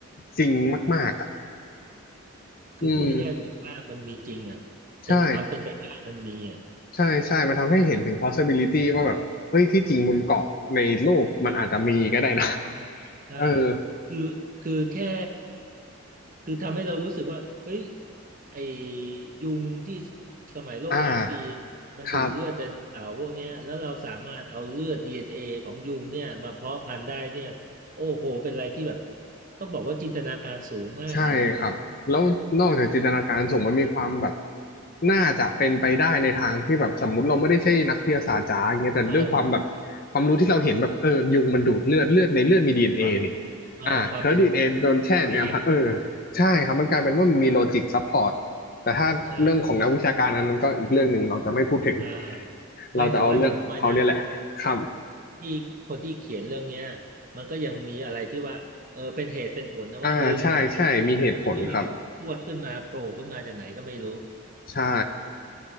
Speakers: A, on the left; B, on the right.
A: จริงมากๆอ่ะ
B: คือพูดง่ายๆเหมือนว่ามันมีจริงอ่ะเป็นความเป็นไปได้มันมีอ่ะ
A: อืมใช่ใช่ใช่มันทำให้เห็นถึง possibility ว่าแบบเฮ้ยที่จริงบนเกาะในโลกมันอาจจะมีก็ได้นะ
B: อ๋อ
A: <laughs>
B: ใช่
A: เออ
B: คือคือแค่คือทำให้เรารู้สึกว่าเฮ้ยไอ้ยุงที่สมัยโลกล้านปี
A: อ่า
B: มันดูดเลือดไดโนเสาร์พวกเนี้ยแล้วเราสามารถเอาเลือด
A: ครับ
B: DNA ของยุงเนี่ยมาเพาะพันธุ์ได้เนี่ยโอ้โหเป็นอะไรที่แบบต้องบอกว่าจินตนาการสูงมากเลยนะ
A: ใช่ครับแล้วนอกจากจินตนาการสูงมันมีความแบบน่าจะเป็นไปได้ในทางที่แบบสมมุติเราไม่ได้ใช่นักวิทยาศาสตร์จ๋าอย่างเงี้ยแต่ด้วยความแบบ
B: เออ
A: ความรู้ที่เราเห็นแบบเออยุงมันดูดเลือดเลือดในเลือดมีดีเอ็นเอนี่
B: ความเออความเป็น
A: อ่าเธอดีเอ็นเอโดนแช่ในน้ำพักเออ
B: ความมีเหตุผล
A: ใช่ครับมันกลายเป็นว่ามันมีโลจิกซัพพอร์ตแต่ถ้าเรื่องของนักวิชาการอันนั้นก็อีกเรื่องหนึ่งเราจะไม่พูดถึง
B: ใช่ใช่อ่าไม่แต่ว่าอย่างน้อยนะ
A: เราจะเอาเรื่องของเขาเนี่ยแหละครับ
B: ที่คนที่เขียนเรื่องเนี้ยมันก็ยังมีอะไรที่ว่าเออเป็นเหตุเป็นผลนะว่าเออมันมาได้ยังไงนะไม่ใช่อยู่ๆพรวดขึ้นมาโผล่ขึ้นมาจากไหนก็ไม่รู้
A: อ่าใช่ใช่มีเหตุผลครับใช่